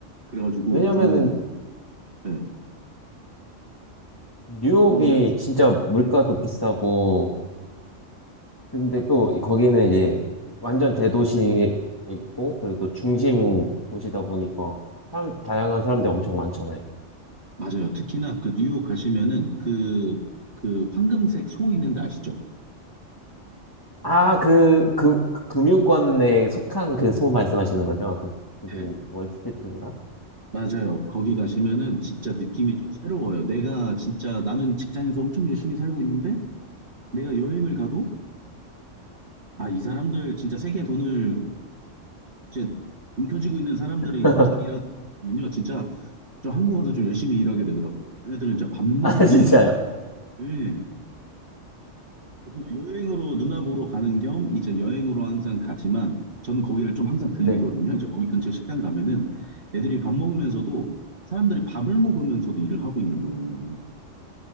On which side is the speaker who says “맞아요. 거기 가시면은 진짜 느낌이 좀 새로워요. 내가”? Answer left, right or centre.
Right